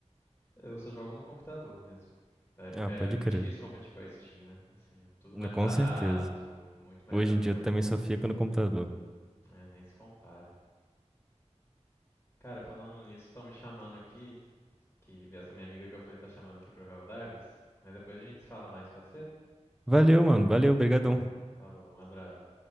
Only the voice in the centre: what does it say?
Ah,
pode
crer.
Não,
Com
certeza.
Hoje
em dia
eu também
só fico no computador.
Valeu, mano. Valeu, brigadão.